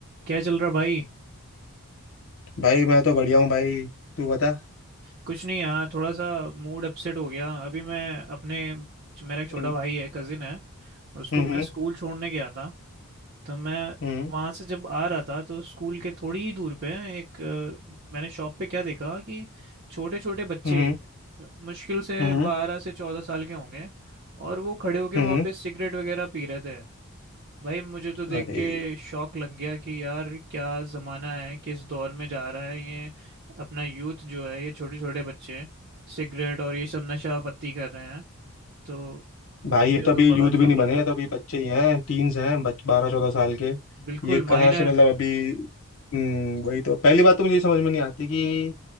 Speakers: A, on the right; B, on the left.
A: क्या चल रहा भाई
B: भाई मैं तो बढ़िया हूँ भाई तू बता
A: कुछ नहीं यार थोड़ा सा मूड अपसेट हो गया अभी मैं अपने मेरा एक छोटा
B: हम्म,
A: भाई है कजिन है उसको
B: हम्म
A: मैं स्कूल छोड़ने गया था तो मैं
B: हम्म
A: वहां से जब आ रहा था तो स्कूल के थोड़ी ही दूर पे एक अ, मैंने शॉप पे क्या देखा कि छोटे छोटे बच्चे
B: हम्म
A: मुश्किल से
B: हम्म
A: बारह से चौदह साल के होंगे और वो खड़े होके
B: हम्म
A: वहाँ पे सिगरेट वगैरह पी रहे थे भाई मुझे तो देख
B: अरे
A: के शौक लग गया कि यार क्या जमाना है किस दौर में जा रहा है ये अपना यूथ जो है ये छोटे छोटे बच्चे सिगरेट और ये सब नशा पत्ती कर रहे हैं तो मुझे
B: भाई ये तो
A: तो
B: अभी
A: बड़ा
B: यूथ भी
A: शौक
B: नहीं बने
A: लगा
B: ये तो अभी बच्चे ही हैं टीन्स हैं बच, बारह चौदह साल के
A: बिल्कुल
B: ये कहाँ
A: माइनर
B: से मतलब अभी हम्म वही तो पहली बात तो मुझे ये समझ में नहीं आती कि